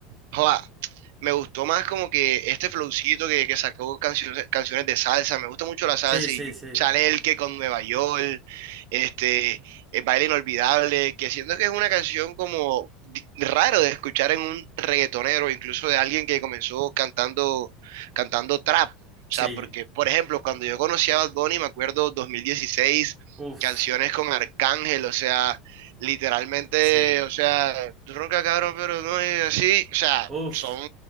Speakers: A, on the right; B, on the right.
A: joda, me gustó más como que este flowcito que, que sacó canciones, canciones de salsa, me gusta mucho la salsa
B: sí, sí,
A: y
B: sí,
A: Chanel que con Nueva York, este, el baile inolvidable, que siento que es una canción como di- raro de escuchar en un reggaetonero, incluso de alguien que comenzó cantando, cantando trap. O
B: sí,
A: sea, porque, por ejemplo, cuando yo conocí a Bad Bunny, me acuerdo 2016,
B: uf,
A: canciones con Arcángel, o sea, literalmente,
B: sí,
A: o sea, ronca cabrón, pero no es así, o sea,
B: uf,
A: son,